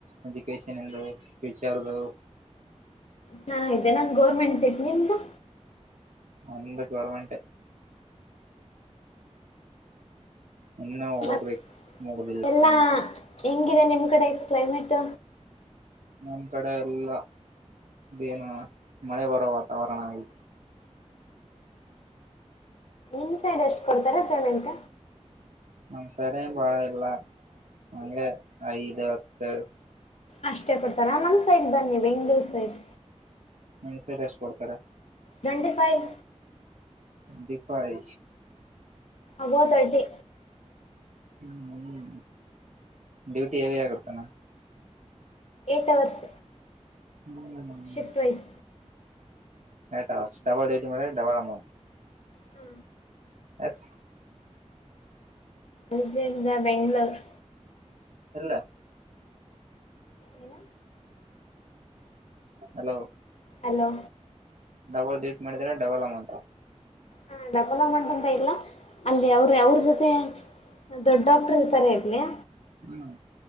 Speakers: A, on the right (about 80°); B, on the left (about 65°).
A: ಎಜುಕೇಶನ್ ಇಂದು ಫ್ಯೂಚರ್ದು
B: ಚೆನ್ನಾಗತೆ ನನ್ ಗೌರ್ಮೆಂಟ್ ಸೆಟ್ ನಿಮ್ದು
A: ನಂದು ಗೌರ್ಮೆಂಟ್ ಇನ್ನೂ ಓದ್ಬೇಕು
B: ಮತ್
A: ಮುಗುದಿಲ್ಲ
B: ಎಲ್ಲಾ
A: ನಮ್ದು
B: ಹೆಂಗಿದೆ ನಿಮ್ ಕಡೆ ಕ್ಲೈಮೇಟ್
A: ನಮ್ ಕಡೆ ಎಲ್ಲಾ ಇದೇನು ಮಳೆ ಬರೋ ವಾತಾವರಣ ಆಯ್ತು
B: ನಿ ಸೈಡ್ ಎಷ್ಟು ಕೊಡ್ತಾರ ಪೇಮೆಂಟ್
A: ಮಂಸಾರನು ಪಾಳಲ್ಲ ಅಂದಗೆ ಐದು ಅತ್ತು
B: ಅಷ್ಟೇ ಕೊಡ್ತಾರ ನಮ್ ಸೈಡ್ ಬನ್ನಿ ಬೆಂಗಳೂರು ಸೈಡ್
A: ನಿಮ್ ಸಟ್ ಎಷ್ಟು ಕೊಡ್ತಾರೆ
B: ನೈಟಿ ಫೈವ್
A: ದೀಪ ಹಿ
B: ಅಬೊ ತರ್ಟಿ
A: ಹ್ಮ್ ಹ್ಮ ಡ್ಯೂಟಿ ಹಲ್ಲಿ ಆಗರ್ತಾನ
B: ಎಟ್ ಅವರ್ಸ್
A: ಹ್ಮ್
B: ಶಿಫ್ಟ್ ವೈಸ್
A: ಹ ಡಬಲ್ ಟೈಮ್ ಡಬಲ ಅಮೌಂಟ್
B: ಹ್ಮ
A: ಎಸ್
B: ಅರ್ಜೆಂಡಾ ಬೆಂಗ್ಗಳೂರು
A: ಅಲ್ಲ
B: ಏನ
A: ಹಲೋ
B: ಹಲೋ
A: ಡಬಲ್ ಡಡಿಟ್ ಮಾಡಿದ್ರ ಡಬಲ್ ಅಮೌಂಟ್
B: ಹಾ ಡಕಲ ಮಾಡಂತ ಇಲ್ಲ ಅಲ್ಲಿ ಅವ್ರ ಅವ್ರ ಜೊತೆ ದೊಡ್ ಡಾಕ್ಟರ್ ಇರ್ತಾರ ಇರ್ಲಿಾ
A: ಹ್ಮ್